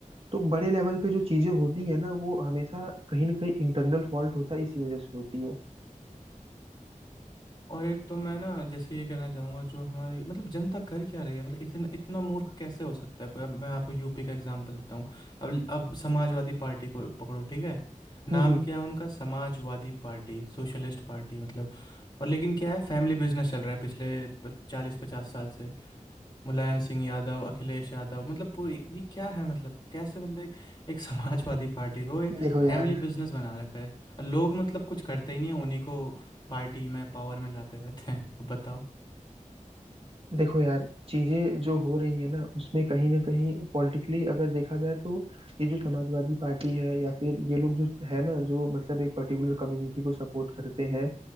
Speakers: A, on the right (about 45°); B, on the left (about 35°).
A: तो बड़े लेवल पे जो चीजें होती है ना वो हमेशा कहीं ना कहीं इंटरनल फॉल्ट होता है इसी वजह से होती है
B: और एक तो मैं ना जैसे ये कहना चाहूँगा जो हमारी मतलब जनता कर क्या रही है मतलब इतना इतना मूर्ख कैसे हो सकता है कोई अब मैं आपको यूपी का एग्जांपल देता हूँ अब अब समाजवादी पार्टी को पकड़ो ठीक है नाम
A: हम्म हम्म
B: क्या है उनका समाजवादी पार्टी सोशलिस्ट पार्टी मतलब और लेकिन क्या है फैमिली बिजनेस चल रहा है पिछले चालीस पचास साल से मुलायम सिंह यादव अखिलेश यादव मतलब पूरी ये क्या है मतलब कैसे मतलब एक, एक समाजवादी पार्टी को एक
A: देखो यार
B: फैमिली बिजनेस बना रखा है और लोग मतलब कुछ करते ही नहीं है उन्हीं को पार्टी में पावर में लाते रहते हैं अब बताओ
A: देखो यार चीजें जो हो रही है ना उसमें कहीं ना कहीं पॉलिटिकली अगर देखा जाए तो ये जो समाजवादी पार्टी है या फिर ये लोग जो है ना जो मतलब एक पर्टिकुलर कम्युनिटी को सपोर्ट करते हैं